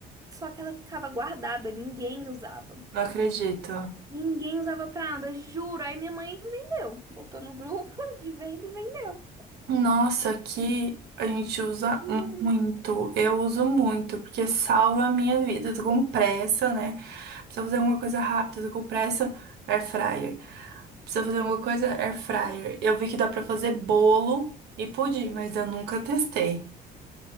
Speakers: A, on the right (about 20°); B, on the right (about 75°).
A: só que ela ficava guardada, ninguém usava.
B: não acredito.
A: Ninguém usava pra nada, juro. Aí minha mãe vendeu, botou no grupo <laughs> de venda e vendeu,
B: Nossa, aqui a gente usa
A: juro.
B: muito. Eu uso muito, porque salva a minha vida. Eu tô com pressa, né? Precisa fazer alguma coisa rápida, eu tô com pressa, air fryer. Precisa fazer alguma coisa, air fryer. Eu vi que dá pra fazer bolo e pudim, mas eu nunca testei.